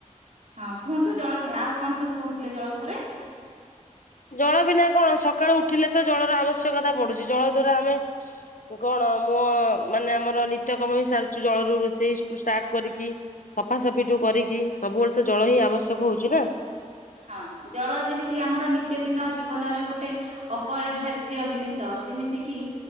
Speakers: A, on the right; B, on the left.
A: ହଁ କୁହନ୍ତୁ ଜଳ ଆଉ କଣ ସବୁ କହୁଥିଲେ ଜଳ ଉପରେ।
B: ଜଳ ବିନା କଣ ସକାଳୁ ଉଠିଲେ ତ ଜଳର ଆବଶ୍ୟକତା ପଡୁଛି ଜଳ ଦ୍ଵାରା ଆମେ କଣ ମୁଁ ମାନେ ଆମର ନିତ୍ୟ କାମ ହେଇ ସାରିଛୁ ଜଳରୁ ରୋଷେଇ ରୁ ଷ୍ଟାର୍ଟ କରିକି ସଫାସଫି ଠୁ କରିକି ସବୁବେଳେ ତ ଜଳ ହିଁ ଆବଶ୍ୟକ ହଉଛି ନାଁ।
A: ହଁ ଜଳ ଯେମିତି ଆମର ନିତ୍ୟ ଦିନ ଜୀବନରେ ଗୋଟେ ଅପରିହାର୍ଯ୍ୟ ଜିନିଷ ଯେମିତି କି